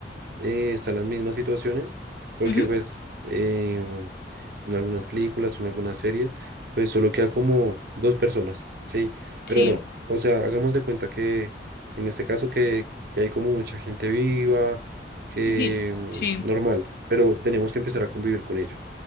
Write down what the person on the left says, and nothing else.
Ujú.
Sí,
sí, sí,
sí.